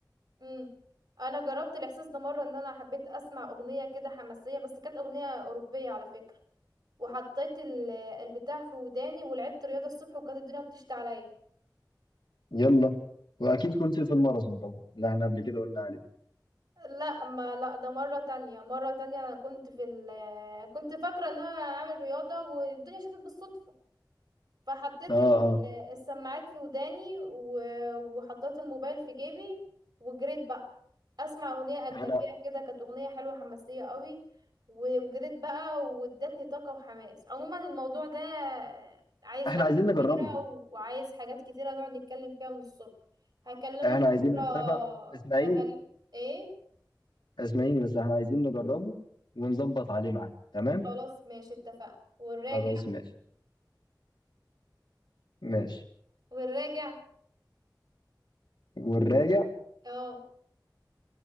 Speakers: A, on the right; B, on the left.
A: امم انا جربت الاحساس ده مرة ان انا حبيت اسمع اغنية كده حماسية بس كانت اغنية اوروبية على فكرة وحطيت ال- البتاع في وداني ولعبت رياضة الصبح وكانت الدنيا بتشتي عليا
B: يلا واكيد كنت في الماراثون طبعا اللي احنا قبل كده قلنا عليه
A: لا ما لا ده مرة تانية مرة تانية انا كنت في ال كنت فاكرة ان انا هعمل رياضة والدنيا شتت بالصدفة فحطيت
B: اه اه
A: ال- السماعات في وداني و- وحطيت الموبايل في جيبي وجريت بقى اسمع اغنيه اجنبيه
B: يعني
A: كده كانت اغنيه حلوه حماسيه قوي وجريت بقى وادتني طاقه وحماس عموما الموضوع ده عايز
B: احنا
A: قعدة
B: عايزين
A: كتيره
B: نجربه
A: وعايز حاجات كتيره نقعد نتكلم فيها من الصبح هكلمك
B: احنا عايزين
A: بكره
B: نتفق اسماعيل
A: هكلم ايه
B: اسمعيني بس احنا عايزين نجربه ونظبط عليه معاك تمام
A: خلاص ماشي اتفقنا والراجع
B: خلاص ماشي ماشي
A: والراجع
B: والراجع
A: اه